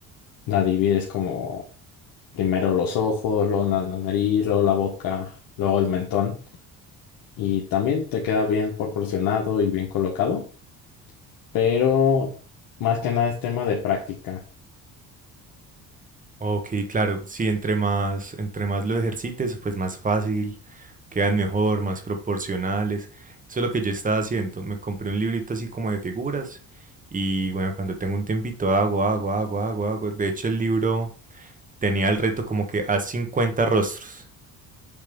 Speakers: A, on the left; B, on the right.
A: la divides como primero los ojos, luego na- la nariz, luego la boca, luego el mentón. Y también te queda bien proporcionado y bien colocado, pero más que nada es tema de práctica.
B: Ok, claro, sí, entre más, entre más lo ejercites, pues más fácil, quedan mejor, más proporcionales. Eso es lo que yo estaba haciendo. Me compré un librito así como de figuras y bueno, cuando tengo un tiempito hago, hago, hago, hago, hago. De hecho, el libro... tenía el reto como que a 50 rostros.